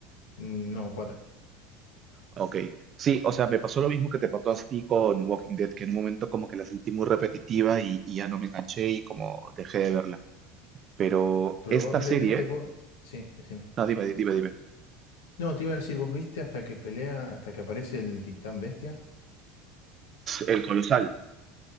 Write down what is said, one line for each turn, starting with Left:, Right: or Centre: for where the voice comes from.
Left: Mm, No, cuatro.
Right: Ok, sí, o sea, me pasó lo mismo que te pasó a ti con Walking Dead, que en un momento como que la sentí muy repetitiva y, y ya no me enganché y como dejé de verla. Pero
Left: Probablemente
Right: esta serie,
Left: vos... Sí, decime.
Right: no, dime, dime, dime,
Left: No, te iba a decir, ¿vos viste hasta que pelea, hasta que aparece el titán bestia?
Right: el colosal,